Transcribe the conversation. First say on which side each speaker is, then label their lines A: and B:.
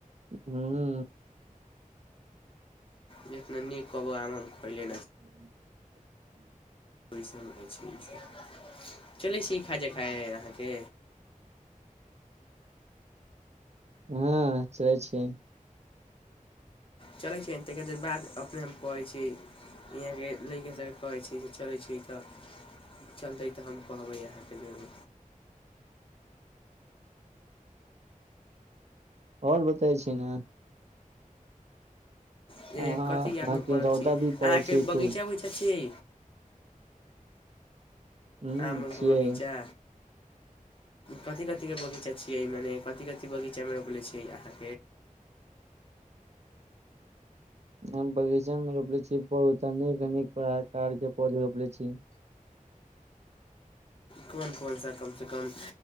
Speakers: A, on the right (about 50°); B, on the left (about 40°).
A: ह
B: जे ने नीक कब हम
A: ह
B: खयले
A: ह
B: ओसभ होइ छै चलै छी ई खा जे खााय अहाँके
A: हँ चलै छिय
B: चलै छै त बाद अपने हम कहढ़ै छीयै यहाँ के लैके सबके कहे छै चले छै तऽ चलतै तऽ हम कहबै अहाँके जारी
A: आओर बताैवे छी ने अहाँ
B: जे कथी आादमे
A: अहाँके
B: पड़ल
A: रौदा
B: छी अहाँके
A: भी पड़ै छै
B: बगीचा
A: खूब
B: बगीचा छियै
A: ह
B: आमके
A: छियै
B: बगीचा
A: <inaudible>
B: कथी कथिक बगीचा छिय म कथी कथी बगीचा मेरो ब छिय अहाँ
A: <inaudible> हम बगीचा मे रोपले छी पौध नीक अने प्रकार के पौध रोपले छी
B: कोन कोनसँ कमसँ कम